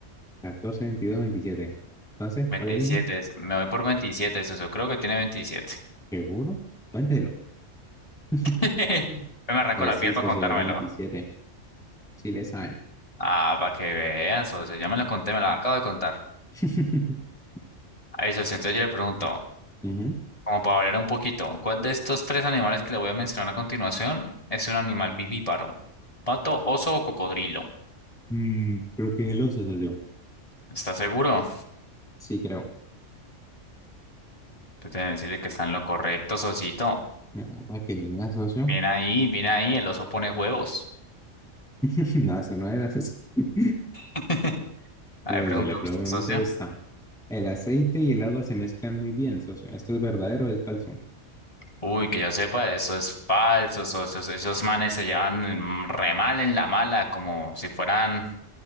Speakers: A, in the centre; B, on the left (about 30°).
A: 14, 22 o 27. Entonces,
B: 27,
A: ¿cuál elige?
B: es- me voy por 27, eso, eso, creo que tiene 27.
A: ¿Seguro? Cuéntelo. <laughs>
B: <laughs> Me arranco
A: Pues
B: la
A: sí,
B: piel
A: socio,
B: para contármelo.
A: es veintisiete Sí le sabe.
B: Ah, para que vean, socio, ya me lo conté, me lo acabo de contar.
A: <laughs>
B: Ahí, socio, entonces yo le pregunto,
A: Ujú.
B: como para variar un poquito, ¿cuál de estos tres animales que le voy a mencionar a continuación es un animal vivíparo? ¿Pato, oso o cocodrilo?
A: Mm, creo que es el oso, socio.
B: ¿Estás seguro?
A: Sí, creo.
B: Pues debe decirle que está en lo correcto, socito.
A: No, ¿para qué? ¿Una socio?
B: Bien ahí, bien ahí, el oso pone huevos.
A: <laughs> No, eso no era socio. <laughs>
B: <laughs> A
A: Eh,
B: ver, pregunta
A: Yo le pregunto
B: usted, socio.
A: esta. El aceite y el agua se mezclan muy bien, socio. ¿Esto es verdadero o es falso?
B: Uy, que yo sepa, eso es falso, eso- eso- eso- esos manes se llevan mm, re mal en la mala, como si fueran